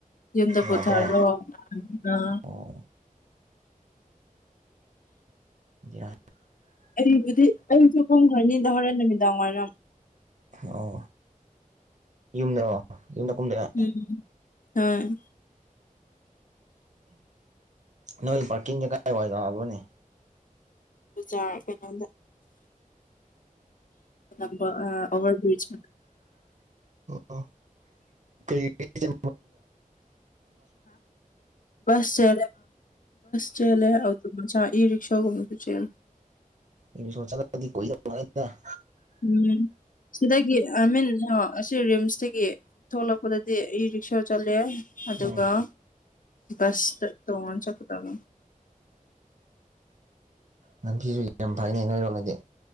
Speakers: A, on the left; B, on the right.
A: ꯌꯨꯝꯗ ꯄꯨꯊꯔꯣ
B: ꯌꯥꯗ꯭ꯔꯦ
A: ꯑ <inaudible>
B: ꯑꯣ ꯕꯦꯔꯥ
A: ꯑꯩꯕꯨꯗꯤ ꯑꯩꯁꯨ ꯀꯨꯝꯈ꯭ꯔꯅꯤꯗ ꯍꯣꯔꯦꯟ ꯅꯨꯃꯤꯗꯥꯡ ꯋꯥꯏꯔꯝ
B: ꯑꯣ ꯌꯨꯝꯗ ꯀꯨꯝꯗ
A: ꯎꯝ ꯍꯣꯏ
B: ꯅ ꯄꯔꯀꯤꯡ ꯀꯥꯏ ꯋꯥꯕꯅꯦ
A: ꯖꯥ ꯀꯩꯅꯣꯗ ꯝꯕ ꯑꯣꯕꯔꯕ꯭ꯔꯤꯖ
B: ꯑꯣ ꯀꯩ ꯆ
A: ꯑꯁ ꯆꯂꯦꯁ ꯆꯦꯂꯦ ꯆꯥ ꯏ ꯔꯔꯤꯁꯥꯒꯃꯤ ꯄꯨꯆ
B: ꯏ ꯁꯣꯗꯤꯗ
A: ꯎꯝ ꯁꯤꯗꯒꯤ ꯑꯥꯏ ꯃꯤꯟ ꯑꯁꯤ ꯔꯤꯝꯁꯇꯒꯤ ꯊꯣꯛꯂꯛꯄꯗꯗꯤ ꯑꯩ ꯔꯤꯛꯁꯥ ꯆꯠꯂꯦ ꯑꯗꯨꯒ
B: ꯎꯝ
A: ꯕꯁ ꯇꯣꯡꯉꯟ ꯆꯠꯠꯇ ꯇꯧꯅꯤ
B: ꯅꯝꯐꯤꯁꯨ ꯌꯥꯝ ꯐꯩꯅꯦ ꯅꯣꯏꯔꯣꯛꯅꯗꯤ